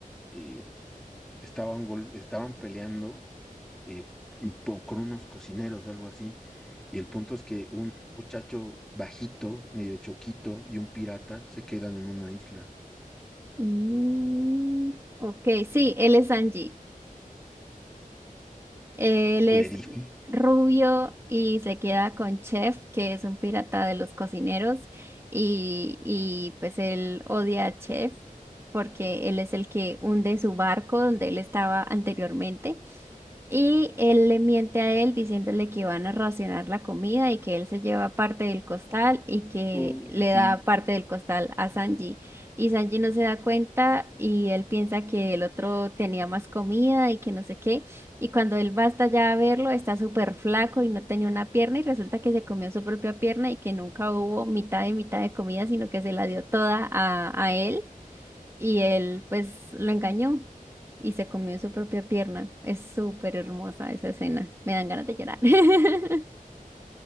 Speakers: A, in the centre; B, on the right.
A: eh, estaban, gol- estaban peleando eh, un po- con unos cocineros, algo así. Y el punto es que un muchacho bajito, medio choquito, y un pirata se quedan en una isla.
B: Mm, mm, ok, sí, él es Sanji. Él es
A: Le dije,
B: rubio y se queda con Chef, que es un pirata de los cocineros, y, y pues él odia a Chef porque él es el que hunde su barco donde él estaba anteriormente. Y él le miente a él diciéndole que van a racionar la comida y que él se lleva parte del costal y que
A: oh,
B: le
A: sí.
B: da parte del costal a Sanji. Y Sanji no se da cuenta y él piensa que el otro tenía más comida y que no sé qué. Y cuando él va hasta allá a verlo, está súper flaco y no tenía una pierna y resulta que se comió su propia pierna y que nunca hubo mitad y mitad de comida, sino que se la dio toda a, a él. Y él pues lo engañó y se comió su propia pierna. Es súper hermosa esa escena. Me dan ganas de llorar. <laughs>